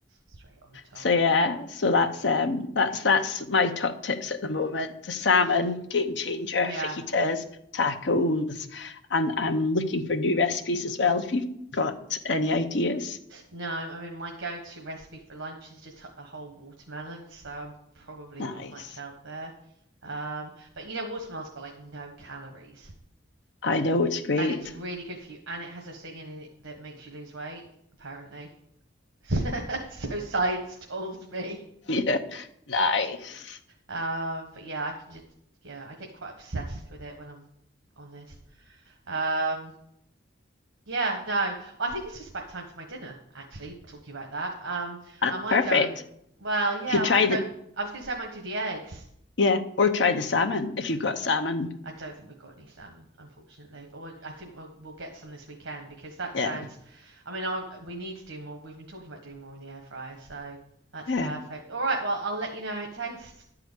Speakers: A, on the right; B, on the left.
A: straight on the top.
B: So yeah, so that's um that's that's my top tips at the moment. The salmon, game changer,
A: Yeah.
B: fajitas, tacos, and I'm looking for new recipes as well if you've got any ideas.
A: No, I mean my go-to recipe for lunch is just a whole watermelon, so I'm probably
B: Nice.
A: not much help there. Um, but you know, watermelon's got like no calories,
B: I know it's great.
A: and it's really good for you, and it has a thing in it that makes you lose weight, apparently. <laughs> So science told me.
B: <laughs> Yeah. Nice.
A: Um, but yeah, I can just yeah, I get quite obsessed with it when I'm on this. Um, Yeah, no. Well, I think it's just about time for my dinner, actually, talking about that. Um,
B: Ah,
A: I might
B: perfect.
A: go and, well, yeah,
B: You try
A: I might
B: the,
A: go and, I was going to say I might do the eggs.
B: yeah, or try the salmon if you've got salmon.
A: I don't think we've got any salmon, unfortunately, but we'll, I think we'll, we'll get some this weekend because that sounds,
B: Yeah.
A: I mean, I'll, we need to do more. We've been talking about doing more in the air fryer, so that's
B: Yeah.
A: perfect. All right, well, I'll let you know how it tastes.